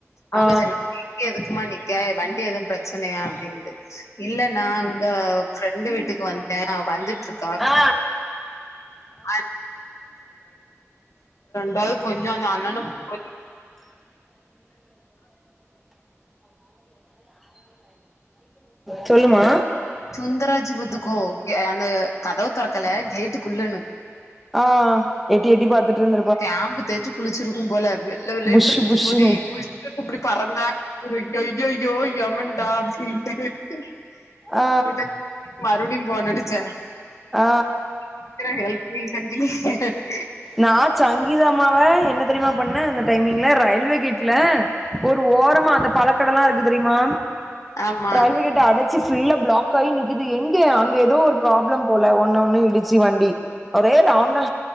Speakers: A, in the centre; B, on the left (about 70°).
A: ஆ
B: அங்க இங்க எதுக்குமா நிக்க வண்டி எதுவு பிரச்சனையா அப்டிண்டு இல்ல நா இங்க ஃப்ரெண்டு வீட்டுக்கு வன்டே அவ வந்துட்ருக் <inaudible>
A: ஆ
B: ஆ டவுட் கொஞ்ச அந்த அண்ணணு போ
A: <unintelligible> சொல்லுமா
B: சுந்தராஜி வத்துக்கோ அந்த கதவு தொறக்கல கேட்டுக்குள்ளுன்னு
A: ஆ எட்டி எட்டி பாத்துட்ருந்து
B: சேம்பு தேய்ச்சு குளிச்சிருக்கும் போல வெள்ள வெள்ளனு
A: புஷு
B: இருக்குது
A: புஷுன்னு
B: முடி <unintelligible> இப்டி பறந்தா <unintelligible> ஐய்யய்யய்யோ யவன்ட சிரிக்கிறது
A: ஆ
B: <unintelligible> மறுபடியு போனடிச்ச
A: ஆ
B: இத்திர ஹல்ப் பீலிஸ் <unintelligible>
A: நா சங்கிதம்மாவ என்ன தெரியுமா பண்ணே அந்த டைமிங்ல ரயில்வே கேட்ல ஒரு ஓரமா அந்த பழக்கடலா இருக்கு தெரியுமா
B: ஆமா
A: ரயில்வே கேட் டு அடைச்சு ஃபல்ல பிளாக்காகி நிக்குது எங்க அங்க ஏதோ ஒரு ப்ராப்ளம் போல ஒன்னு ஒன்னு இடிச் சி வண்டி ஒரே ராவுண்டா